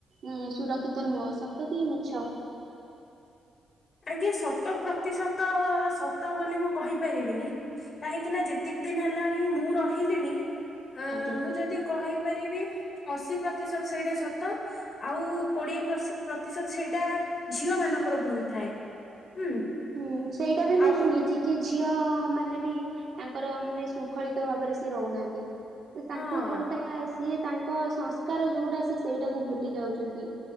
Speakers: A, on the right; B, on the left.
A: ଉଁ, ସୁରକ୍ଷିତ ନୁହଁ, ସତ କି ମିଛ?
B: ଆଜ୍ଞା ଶତ ପ୍ରତିଶତ ସତ ବୋଲି ମୁଁ କହିପାରିବିନି। କାହିଁକି ନା ଯେତିକି ଦିନ ହେଲାଣି ମୁଁ ରହିଲିଣି ଅ,
A: ଆଜ୍ଞା।
B: ମୁଁ ଯଦି କହିପାରିବି ଅଶୀ ପ୍ରତିଶତ ସେଇଟା ସତ। ଆଉ କୋଡିଏ ପ୍ରଶି ପ୍ରତିଶତ ସେଇଟା ଝିଅ ମାନଙ୍କର ଭୁଲ ଥାଏ। ହୁଁ
A: ହୁଁ ସେଇଟା ବି ମୁଁ
B: ଆଉ
A: ଶୁଣିଛି କି ଝିଅ ମାନେ ବି ତାଙ୍କର ମାନେ ଶୁ ଖଳିତ ଭାବରେ ସିଏ ରହୁନାହାନ୍ତି ତାଙ୍କୁ
B: ହଁ
A: ଯୋଉଟା ସିଏ ତା ଙ୍କ ସଂସ୍କାର ଯୋଉଟା ସେ ସେଇଟାକୁ ଭୁଲି ଯାଉଛନ୍ତି।